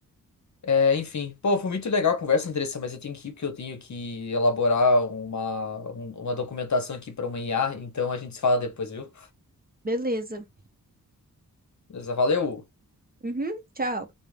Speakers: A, on the left (about 50°); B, on the right (about 25°).
A: É, enfim, pô, foi muito legal a conversa, Andressa, mas eu tenho que ir porque eu tenho que elaborar uma, um- uma documentação aqui para uma IA, então a gente se fala depois, viu?
B: beleza.
A: Beleza, Valeu!
B: Uhum, tchau.